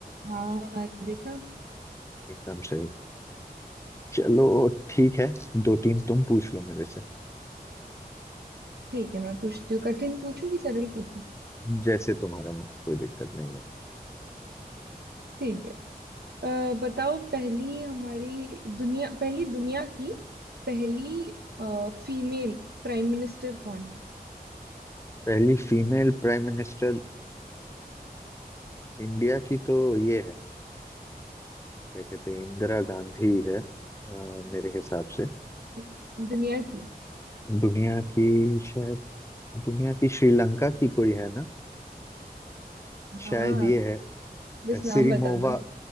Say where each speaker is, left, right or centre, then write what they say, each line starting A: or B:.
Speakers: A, on the right; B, on the left.
A: हाँ देखा
B: एकदम सही चलो ठीक है दो तीन तुम पूछ लो मेरे से
A: ठीक है मैं पूछती हूँ कठिन पूछूं कि सरल पूछूं
B: जैसे तुम्हारा मन कोई दिक्कत नहीं है
A: ठीक है अ, बताओ पहली हमारी दुनिया पहली दुनिया की पहली फीमेल प्राइम मिनिस्टर कौन
B: पहली फीमेल प्राइम मिनिस्टर इंडिया की तो ये है क्या कहते हैं इंदिरा गांधी है अ, मेरे हिसाब से
A: है दुनिया की
B: दुनिया की शायद दुनिया की श्रीलंका की कोई है ना
A: हाँ
B: शायद ये है
A: बस
B: सिरिमोवा
A: नाम बता दो